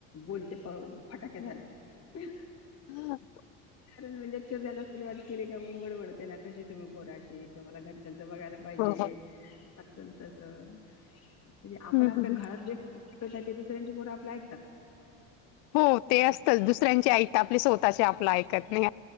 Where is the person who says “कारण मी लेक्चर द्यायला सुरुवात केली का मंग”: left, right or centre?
Left